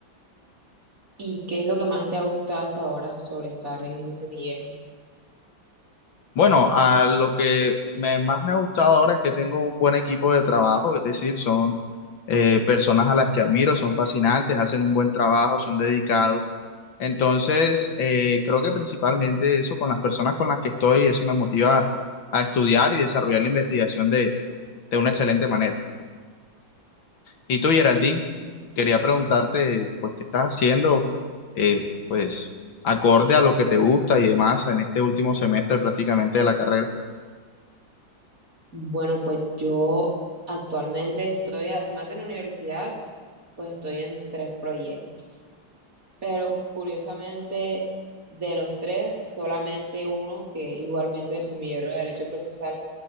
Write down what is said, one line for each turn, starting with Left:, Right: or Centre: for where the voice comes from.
Right: ¿Y qué es lo que más te ha gustado hasta ahora sobre estar en ese semillero?
Left: Bueno, a lo que me- más me ha gustado ahora es que tengo un buen equipo de trabajo, es decir, son eh, personas a las que admiro, son fascinantes, hacen un buen trabajo, son dedicados. Entonces, eh, creo que principalmente eso con las personas con las que estoy, eso me motiva a estudiar y desarrollar la investigación de, de una excelente manera. Y tú, Geraldine, quería preguntarte, pues, ¿qué estás haciendo? eh, pues, acorde a lo que te gusta y demás en este último semestre prácticamente de la carrera.
Right: Bueno, pues yo actualmente estoy, además de la universidad, pues estoy en tres proyectos. Pero curiosamente, de los tres, solamente uno, que es igualmente el semillero de derecho procesal,